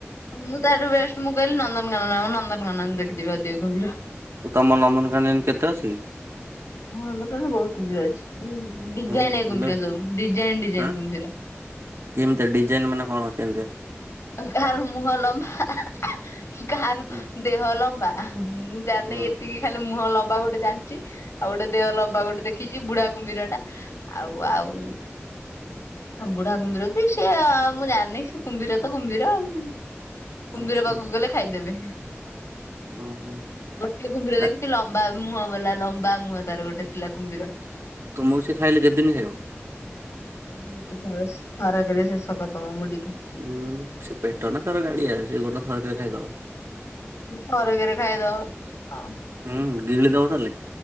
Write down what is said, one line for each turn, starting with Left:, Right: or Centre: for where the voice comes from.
Left: ମୁଁ ତାଠୁ ବେଷ୍ଟ ମୁଁ କହିଲି ନନ୍ଦନକାନନ ଆ ନନ୍ଦନକାନନଖିଦି ଆି ଗମ୍ଭୀର।
Right: ତ ତମ ନନ୍ଦନକାନନ କେତେ ଅଛି?
Left: ହଁ ଦୋକାନରେ ବହୁତ କୁମ୍ଭୀର ଅଛି
Right: ହୁଁ
Left: ଡିାଇନ
Right: ତୁଲେ
Left: କୁମ୍ଭୀର ସବୁ ଡିାଇନ ଡିାଇନ
Right: ଆଁ
Left: କୁମ୍ଭୀର।
Right: କେମିତି ଡିଜାଇନ ମାନେ କଣ କେମ?
Left: କ ମୁହ ଲମ୍ବା କ
Right: ହୁଁ
Left: ଦେହ ଲମ୍ବା ମୁଁ ଜାଣି
Right: ହୁଁ
Left: ଏତିକି ଖାଲି ମୁହଁ ଲମ୍ବ ଲବା ଗୋଟେ ଜାଣିଛି ଆଉ ଗୋଟେ ଦେହ ଲବା ଗୋଟେ ଦେଖିଛି ବୁଢା କୁମ୍ଭୀର ଟା ଆଉ ଆଉ ବୁଢା କୁମ୍ୀର କି ସେ ମୁଁ ଜାଣିନି ସେ କୁମ୍ଭୀର ତ କୁମ୍ଭୀର ଆଉ କୁମ୍ଭୀର
Right: ଆଚ୍ଛା
Left: ପାଖକୁ
Right: ଆଚ୍ଛା
Left: ଗଲେ ଖାଇଦେବେ।
Right: <unintelligible>
Left: ଗୋଟେ କୁମ୍ଭୀର
Right: ନା
Left: ଦେଖିଛି ଲମ୍ବା ମୁହଁ ବଲା ଲମ୍ବା ମୁହଁ ତାର ଗୋଟେ ଶିଲା କୁମ୍ଭୀର।
Right: ତମକୁ ସେ ଖାଇଲେ କେତେଦିନ ଖ ଆଉ?
Left: <unintelligible>
Right: ଉଁ ସେ ପେଟ ନା ଥର ଗାଡିଆ ସେ ଗୋଟେ ଥରରେ ଖାଇଦବ।
Left: ଥରଗେରେ ଖାଇଦବ।
Right: ହୁଁ ଗିଳି ଦବ ତାହେଲେ